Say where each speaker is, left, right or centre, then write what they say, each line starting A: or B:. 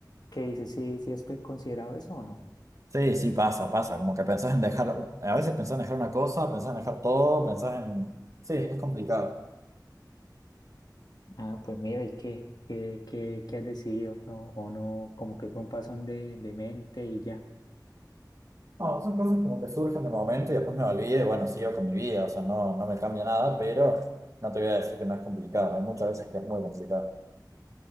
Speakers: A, on the left (about 65°); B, on the right (about 45°).
A: qué dices? ¿Sí, sí has pe- considerado eso o no?
B: Sí, sí, pasa, pasa. Como que pensás en dejar, a veces pensás en dejar una cosa, pensás en dejar todo, pensás en... Sí, es complicado.
A: Ah, pues mira, ¿y qué? ¿Qué, qué, qué has decidido? ¿No? ¿O no? Como que fue un pasón de, de mente y ya.
B: No, son cosas como que surgen de momento y después me olvidé y bueno, sigo con mi vida, o sea, no, no me cambia nada, pero no te voy a decir que no es complicado. Hay muchas veces que es muy complicado.